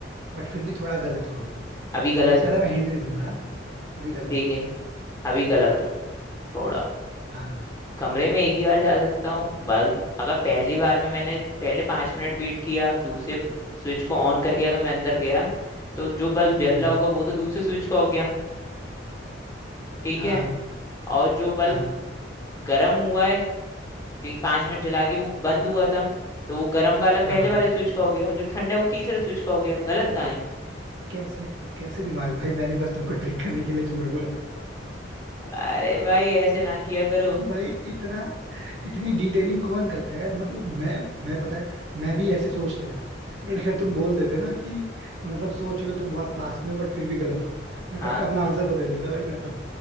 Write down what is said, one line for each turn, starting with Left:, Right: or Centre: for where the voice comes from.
Right: बट फिर भी थोड़ा गलत हो अभी
Left: अभी गलत
Right: अब इससे ज्यादा
Left: हूँ
Right: मैं हिंट नहीं दूंगा अभी गलत
Left: ठीक
Right: हो
Left: है अभी गलत हूँ थोड़ा
Right: हाँ
Left: कमरे में एक ही बार जा सकता हूँ बल्ब अगर पहली बार में मैंने पहले पाँच मिनट वेट किया दूसरे स्विच को ऑन करके अगर मैं अंदर गया तो जो बल्ब जल
Right: हम्म
Left: रहा होगा वो तो दूसरे स्विच का हो गया ठीक
Right: हाँ
Left: है और जो बल्ब
Right: हाँ
Left: गर्म हुआ है क्योंकि पांच मिनट जला के वो बंद हुआ था तो वो गर्म वाला
Right: हाँ
Left: पहले वाले स्विच का हो गया और जो ठंडा है वो तीसरे स्विच का हो गया गलत कहाँ है
Right: कैसे कैसे दिमाग भाई मैंने बस तुमको ट्रिक करने के लिए झूठ बोला था
Left: अरे भाई ऐसे ना किया करो
Right: भाई इतना इतनी डिटेलिंग कौन करता है यार मतलब मैं मैं पता है मैं भी ऐसे सोच लेता बट अगर तुम बोल देते ना कि मतलब सोच लो तुम बहुत पास में हो बट फिर भी गलत हो मैं
Left: हाँ
Right: पक्का अपना आंसर बदल देता भाई मैं तो